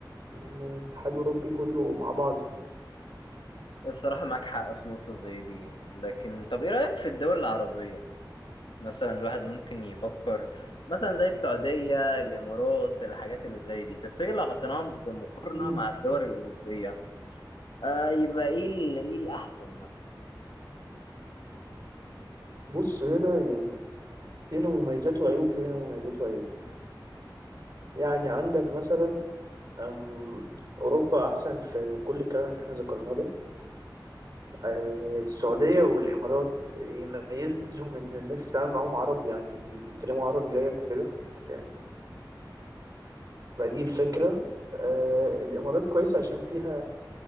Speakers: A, on the right; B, on the left.
A: يعني الاتحاد الأوروبي كله مع بعضه
B: الصراحه معاك حق في نقطه زي دي لكن طب ايه رايك في الدول العربيه مثلا الواحد ممكن يفكر مثلا زي السعوديه الامارات الحاجات اللي زي دي تفتكر لو حطيناهم بمقارنه
A: مم.
B: مع الدول الاوروبيه آه يبقى ايه ال- ايه الاحسن مثلا
A: بص هنا يعني هنا مميزات وعيوب هنا مميزات وعيوب يعني عندك مثلا أم أوروبا أحسن في كل الكلام اللي احنا ذكرناه ده آه، السعودية والإمارات يميزهم إن الناس بتتعامل معاهم عربي يعني بي- بيتكلموا عربي زيك وكده يعني فدي الفكرة آه، الإمارات كويسة عشان فيها